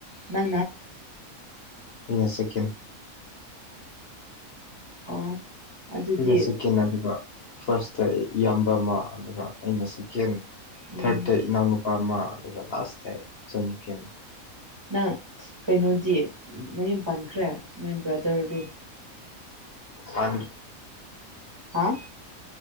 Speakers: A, on the right (about 20°); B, on the left (about 50°).
A: ꯒꯥ
B: ꯃꯤꯩꯅ ꯁꯦꯀꯦꯟ
A: ꯑꯣ ꯑꯗꯨꯗꯤ
B: ꯑꯩꯅ ꯆꯦꯀꯦꯟ ꯍꯥꯏꯕꯤꯕ ꯐꯥꯔꯁꯇ ꯏꯌꯥꯝꯕ ꯑꯃ ꯑꯗꯨꯒ ꯑꯩꯅ ꯆꯦꯀꯦꯟ
A: ꯎꯝ
B: ꯊꯥꯔꯗꯇ ꯏꯅꯥꯎꯅꯨꯄꯥ ꯑꯃ ꯑꯗꯨꯒ ꯂꯥꯁꯇ ꯏꯆꯟꯅꯨꯄꯤ ꯑꯃ
A: ꯅꯪ ꯀꯩꯅꯣꯗꯤ ꯃꯌꯨꯝ ꯄꯥꯟꯈ꯭ꯔꯦ ꯅꯣꯏ ꯕ꯭ꯔꯗꯔꯗꯤ
B: ꯃꯥ
A: ꯑ